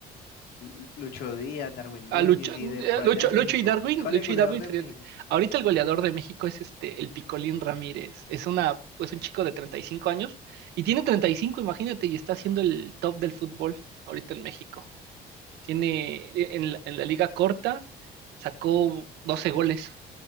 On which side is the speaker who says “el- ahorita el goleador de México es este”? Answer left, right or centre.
Right